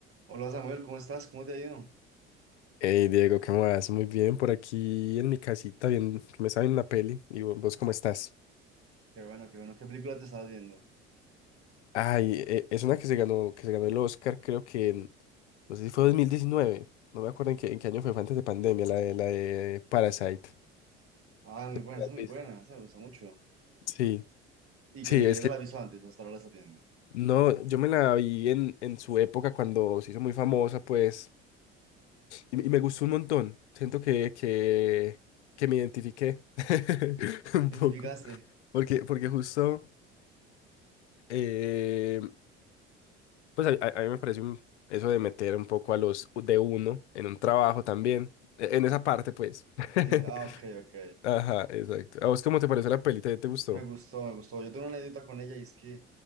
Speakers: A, on the right; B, on the left.
A: Hola Samuel, ¿cómo estás? ¿Cómo te ha ido?
B: Hey Diego, ¿qué más? Muy bien, por aquí en mi casita, bien, que me saben una peli. ¿Y vo- vos cómo estás?
A: Qué bueno, qué bueno. ¿Qué película te estás viendo?
B: Ay, e- es una que se ganó, que se ganó el Oscar, creo que en, no sé si fue 2019, no me acuerdo en qué, en qué año fue, fue antes de pandemia, la de, la de Parasite.
A: Ah, muy buena,
B: la
A: esa
B: has
A: es
B: visto?
A: muy buena, esa me gusta mucho.
B: Sí,
A: Y
B: sí,
A: que
B: es
A: ya
B: que
A: te la aviso antes, hasta ahora la estás viendo.
B: no, yo me la vi en, en su época cuando se hizo muy famosa, pues, y, y me gustó un montón. Siento que, que, que me identifiqué <laughs> un
A: ¿Identificaste?
B: poco. Porque, porque justo. eh, Pues a, a- a mí me parece un- eso de meter un poco a los de uno en un trabajo también, e- en esa parte pues. <laughs>
A: Sí, ah, ok, ok.
B: Ajá, exacto. ¿A vos cómo te parece la pelita? ¿Ya te gustó?
A: Me gustó, me gustó. Yo tengo una anécdota con ella y es que